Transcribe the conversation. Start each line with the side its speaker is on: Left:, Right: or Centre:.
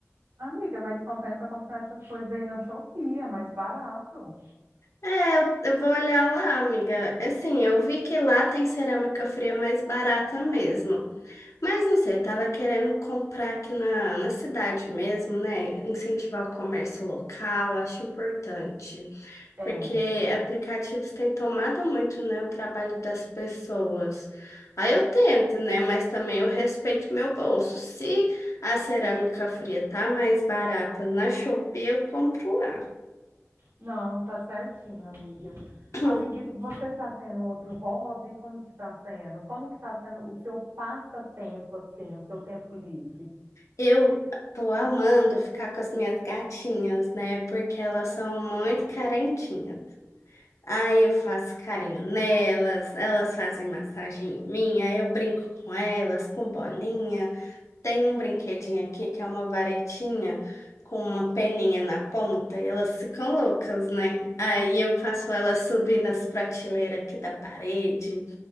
Right: Amiga, mas compensa comprar essas coisas aí na Shopee, é mais barato.
Left: É, eu, eu vou olhar lá, amiga. Assim, eu vi que lá tem cerâmica fria mais barata mesmo. Mas não sei, eu tava querendo comprar aqui na, na cidade mesmo, né? Incentivar o comércio local, acho importante.
Right: É,
Left: Porque aplicativos têm tomado muito, né, o trabalho das pessoas. Aí eu tento, né, mas também eu respeito meu bolso. Se a cerâmica fria tá mais barata na Shopee, eu compro lá.
Right: não, tá certinho, amiga.
Left: <clears throat>
Right: Amiga, você tá tendo outro hobby? Como que tá sendo? Como que tá sendo o seu passatempo, assim, o seu tempo livre?
Left: Eu tô amando ficar com as minhas gatinhas, né, porque elas
Right: Oh,
Left: são muito
Right: meu Deus.
Left: carentinhas. Aí eu faço carinho nelas, elas fazem massagem em mim, aí eu brinco com elas, com bolinha. Tem um brinquedinho aqui que é uma varetinha com uma peninha na ponta e elas ficam loucas, né? Aí eu faço elas subir nas prateleiras aqui da parede.